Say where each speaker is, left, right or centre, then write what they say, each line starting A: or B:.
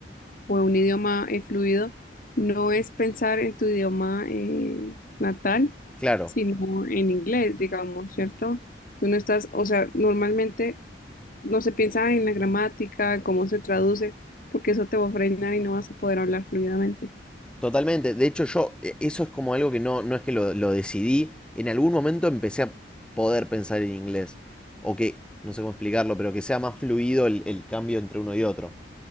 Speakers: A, on the left (about 50°); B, in the centre.
A: o de un idioma eh, fluido, no es pensar en tu idioma eh, natal,
B: Claro,
A: sino en inglés, digamos, ¿cierto? Tú no estás, o sea, normalmente no se piensa en la gramática, en cómo se traduce, porque eso te va a frenar y no vas a poder hablar fluidamente.
B: Totalmente. De hecho, yo, eh, eso es como algo que no, no es que lo, lo decidí. En algún momento empecé a poder pensar en inglés. O que, no sé cómo explicarlo, pero que sea más fluido el, el cambio entre uno y otro.